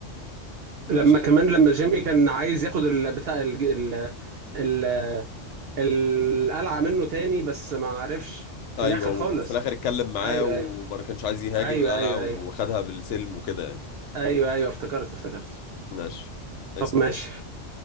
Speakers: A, on the left; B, on the right.
A: ماشي
B: لما كمان لما جيمي كان عايز ياخد ال- بتاع ال ال ال- القلعه منه تاني بس ما عرفش في
A: ايوه
B: الاخر خالص
A: وفي الاخر اتكلم معاه
B: ايوه
A: وما
B: ايوه
A: كانش عايز يهاجم
B: ايوه
A: القلعه
B: ايوه
A: و-
B: ايوه
A: وخدها بالسلم وكده يعني
B: ايوه ايوه افتكرت افتكرت
A: ماشي نايس
B: طب ماشي